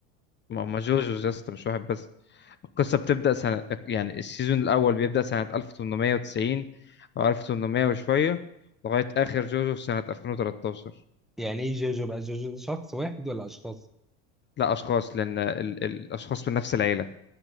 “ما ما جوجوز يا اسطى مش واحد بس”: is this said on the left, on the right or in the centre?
Left